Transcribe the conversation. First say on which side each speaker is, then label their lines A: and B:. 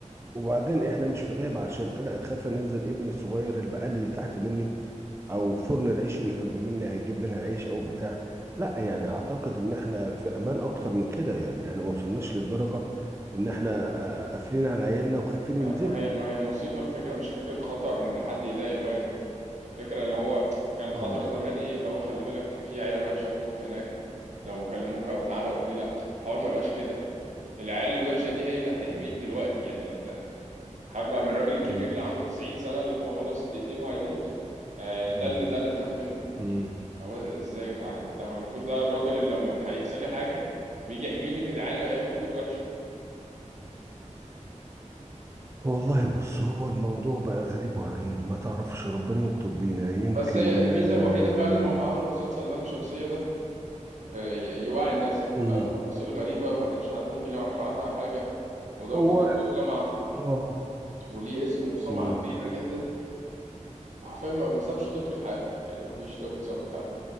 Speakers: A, on the right; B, on the right.
A: وبعدين احنا مش في غابة عشان انا اخاف انزل ابني الصغير البقال اللي تحت مني او فرن العيش اللي جنب مني هيجيب منها عيش او بتاع لا يعني اعتقد ان احنا في امان اكتر من كده يعني احنا ما وصلناش للدرجة ان احنا آه، قافلين على عيالنا وخايفين ينزلوا
B: ما هي ما هي المصيبه الفكره مش فكره
A: مم.
B: خطر ان حد يضايق الواد الفكره اللي هو كان الخطر
A: مم.
B: زمان ايه اللي هو خلي بالك في عيال وحشه بتقف هناك لو كلموك أو تعالى قول لي لا الحوار ما بقاش كده العيال الوحشه دي هي اللي هتحميك
A: مم.
B: دلوقتي يعني انت الحوار بقى من الراجل الكبير
A: مم.
B: اللي عنده 90 سنه اللي هو خلاص دقيقتين وهيموت آه، ده
A: مم.
B: اللي ده اللي تخاف منه
A: مم.
B: اللي هو ده ازاي يا جدعان ده كان المفروض ده الراجل اللي لما بيح- يحصل لي حاجه بيجي يحميني من العيال اللي هي المفروض وحشه
A: والله بص هو الموضوع بقى غريب وعجيب ما تعرفش ربنا يلطف بينا يمكن
B: بس هي الميزه
A: آه،
B: الوحيده فعلا ان هم عملوا مسلسل لام شمسيه ده آه، ي- يوعي الناس
A: مم.
B: ده قالوا تفاصيل غريبه ما كانش حد ممكن يعرف عنها حاجه وده المفروض
A: هو
B: دكتور جامعه
A: آه،
B: وليه اسم وسمعه
A: مم.
B: كبيره جدا وحرفيا ما ما سابش طفل في حاله يعني ما فيش طفل سابه في حاله